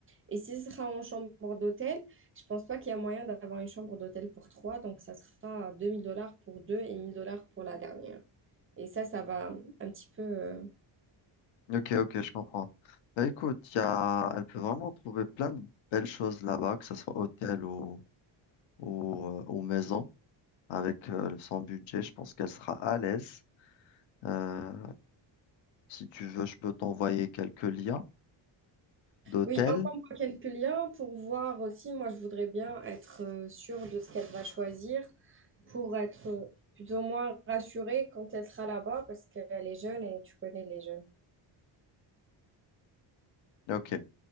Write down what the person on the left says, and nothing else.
Ok, ok, je comprends. Bah, écoute, y a... elle peut vraiment trouver plein de belles choses là-bas, que ce soit hôtel ou, ou, euh, ou maison. Avec euh, son budget, je pense qu'elle sera à l'aise. Euh, si tu veux, je peux t'envoyer quelques liens d'hôtels.
Ok,